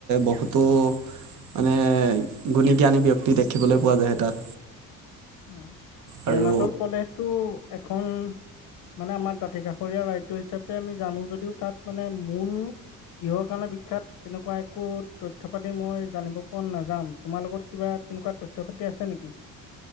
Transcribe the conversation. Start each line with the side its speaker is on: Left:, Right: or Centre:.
Right: বহুতো মানে গুণী জ্ঞানী ব্যক্তি দেখিবলৈ পোৱা যায় তাত।
Left: উম,
Right: আৰু
Left: অৰুণাচল প্ৰদেশটো এখন মানে আমাৰ দাঁতি কাষৰীয়া ৰাজ্য হিচাপে আমি জানো যদিও তাত মানে মূল কিহৰ কাৰণে বিখ্যাত তেনেকুৱা একো তথ্য পাতি মই জানিব পৰা নাযাম, তোমাৰ লগত কিবা তেনেকুৱা তথ্য পাতি আছে নেকি?